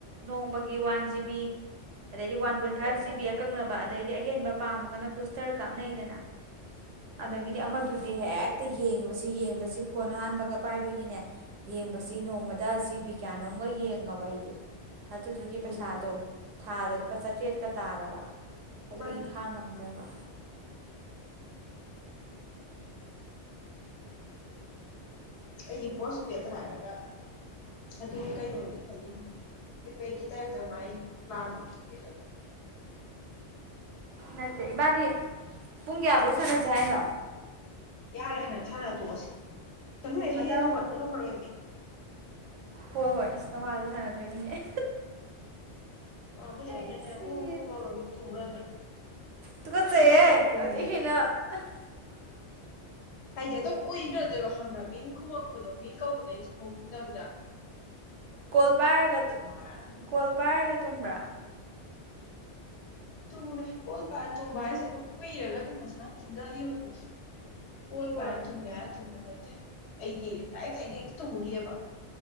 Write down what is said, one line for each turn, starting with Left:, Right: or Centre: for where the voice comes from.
Right: ꯅꯣꯡꯃꯒꯤ ꯋꯥꯟ ꯖꯤꯕꯤ ꯑꯗꯩꯗꯤ ꯋꯥꯟ ꯄꯣꯏꯟ ꯐꯥꯏꯚ
Left: ꯍꯣꯏ
Right: ꯖꯤ
Left: ꯍꯣꯏ
Right: ꯕꯤ ꯑꯀꯛꯅꯕ ꯑꯗꯩꯗꯤ ꯑꯍꯦꯟꯕ ꯄꯥꯝꯃꯒꯅ ꯕꯨꯁꯇꯔ ꯀꯥꯞꯅꯩꯗꯅ
Left: ꯎꯝ
Right: ꯑꯗꯒꯤꯗꯤ ꯑꯃꯗꯨꯗꯤ ꯍꯦꯛꯇ ꯌꯦꯡꯉꯤꯕꯁꯤ ꯌꯦꯡꯕꯁꯤ ꯐꯣꯟ ꯑꯍꯥꯟꯕꯒ ꯄꯥꯏꯕꯒꯤꯅꯦ ꯌꯦꯡꯕꯁꯤ ꯅꯣꯡꯃꯗ ꯖꯤꯕꯤ ꯀꯌꯥꯅꯣꯝꯒ ꯌꯦꯡꯉꯕ ꯑꯩꯗꯤ ꯑꯗꯨꯗꯨꯒꯤ
Left: ꯎꯝ
Right: ꯄꯩꯁꯥꯗꯣ ꯊꯥꯗ ꯂꯨꯄꯥ ꯆꯥꯇ꯭ꯔꯦꯠꯀ ꯇꯥꯔꯕ ꯑꯗꯨꯒꯤ
Left: ꯃꯥꯅꯤ
Right: ꯈꯥꯡꯉꯝꯗ꯭ꯔꯕ
Left: ꯑꯩꯒꯤ ꯄꯣꯁ ꯄꯦꯗ ꯍꯥꯏꯔꯒ ꯑꯗꯨꯗꯤ ꯀꯩꯅꯣꯅꯤ ꯈꯜꯂꯤꯅꯤꯅꯦ ꯏꯕꯗꯤ ꯇꯥꯏꯞꯇ ꯃꯥꯏ ꯂꯥꯟ ꯊ
Right: ꯅꯠꯇꯦ ꯏꯕꯥꯅꯤ ꯄꯨꯡ ꯀꯌꯥꯐꯧ ꯁꯥꯟꯅꯁꯦ ꯍꯥꯏꯅꯣ
Left: ꯌꯥꯔꯦ ꯍꯥꯏꯟꯛ ꯁꯥꯟꯅ ꯇꯣꯛꯑꯁꯤ ꯇꯅꯨꯦ ꯍꯦ
Right: ꯃꯊꯪ
Left: ꯍꯧꯒꯠꯄ ꯉꯝꯃꯔꯣꯏꯅꯦ
Right: ꯍꯣꯏ ꯍꯣꯏ ꯏꯁ ꯅꯃꯥꯗ ꯁꯥꯟꯅꯗꯣꯏꯅꯤ ꯑꯦ
Left: ꯃꯥꯕꯨꯗꯤ
Right: ꯑꯩ
Left: ꯑꯩꯅꯅꯦ
Right: ꯁꯤꯔꯦ
Left: ꯎ ꯇꯧꯔꯒ ꯑꯗꯨꯝ ꯇꯨꯝꯈ꯭ꯔ ꯑꯗꯨ꯭ꯔ
Right: ꯇꯨꯀꯠꯆꯩꯌꯦ
Left: ꯑꯗꯨꯗ ꯇꯧꯔ ꯇꯣꯡꯈꯤꯕ
Right: <inaudible>
Left: ꯍꯥꯏꯗꯤ ꯑꯗꯨꯝ ꯎꯏꯈ꯭ꯔꯗꯣꯏꯕ ꯍꯪꯕ꯭ꯔꯥ ꯃꯤꯡ ꯈꯨꯝꯃꯛꯄꯗꯣ ꯃꯤꯡ ꯀꯧꯕꯗꯣ ꯑꯩꯅꯁꯨꯨꯝ ꯈꯣꯡ ꯈꯨꯝꯗꯕꯗ
Right: ꯀꯣꯜ ꯄꯥꯏꯔꯒ
Left: ꯍꯥꯏꯔꯛꯑꯅꯤ
Right: ꯀꯣꯜ ꯄꯥꯏꯔꯒ ꯇꯨꯝꯕ꯭ꯔꯥ
Left: ꯇꯨꯝꯃꯦ ꯀꯣꯜ ꯄꯥꯟ ꯇꯨꯝꯕ ꯍꯥꯏꯁꯦ ꯑꯗꯨꯝ ꯀꯏꯔꯒ ꯑꯗꯨꯝ ꯃꯁꯥꯅ ꯇꯨꯝꯊꯈꯤꯕꯅꯤ ꯀꯣꯜ
Right: ꯍꯣꯏ
Left: ꯄꯥꯏꯔ ꯇꯨꯝꯒꯦ ꯍꯥꯏ ꯇꯨꯝꯕ ꯅꯠꯇꯦ ꯑꯩꯗꯤ ꯑꯩ ꯑꯩꯗꯤ ꯍꯛꯇ ꯇꯨꯝꯒꯦꯕ